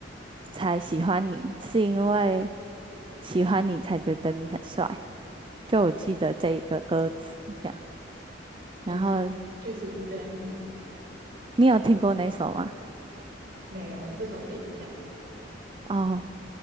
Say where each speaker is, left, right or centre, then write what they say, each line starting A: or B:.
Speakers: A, on the right; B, on the right.
A: 才喜欢你，是因为喜欢你才觉得你很帅。就我记得这一个歌词这样。
B: 诶，
A: 然后
B: 确实是这样。
A: 你有听过那首吗？
B: 没有诶，这首没印象，
A: 哦，